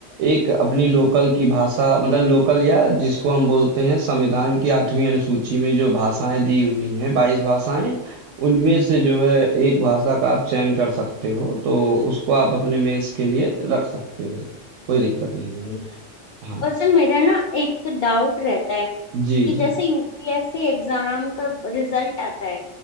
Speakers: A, on the right (about 85°); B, on the left (about 60°).
A: एक अपनी लोकल की भाषा मतलब लोकल या जिसको हम बोलते हैं संविधान की 8वीं अनुसूची में जो भाषाएँ दी हुई हैं, 22 भाषाएँ, उनमें से जो है एक भाषा का आप चयन कर सकते हो, तो उसको आप अपने मेंस के लिए रख सकते हो, कोई दिक्कत नहीं है।
B: जी
A: हाँ,
B: और सर मेरा ना एक डाउट रहता है
A: जी,
B: कि
A: जी,
B: जैसे यूपीएससी एग्जाम का रिजल्ट आता है